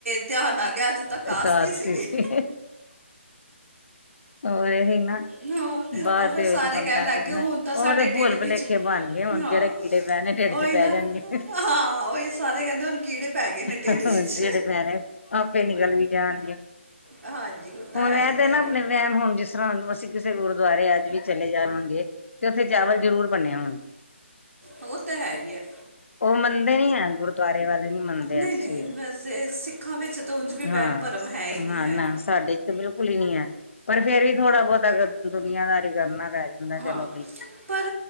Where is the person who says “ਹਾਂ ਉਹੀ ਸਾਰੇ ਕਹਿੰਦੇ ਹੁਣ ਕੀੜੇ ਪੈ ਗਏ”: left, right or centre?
Right